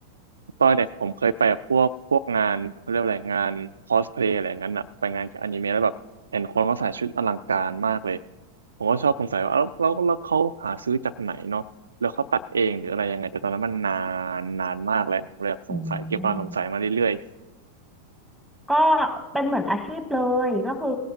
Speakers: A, on the right (about 75°); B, in the centre.
A: ตอนเด็กผมเคยไปแบบพวกพวกงานเขาเรียกอะไรงานคอสเพลย์อะไรอย่างนั้นอะไปงานเกี่ยวกับอนิเมะแล้วแบบเห็นคนเขาใส่ชุดอลังการมากเลยผมก็ชอบสงสัยว่าแล้วแล้วแล้วเขาหาซื้อจากไหนเนาะแล้วเขาตัดเองหรืออะไรยังไงแต่ตอนนั้นมันนานนานมากแล้วผมเลยแบบสงสัยเก็บความสงสัยมาเรื่อย
B: อืม ก็เป็นเหมือนอาชีพเลยก็คือ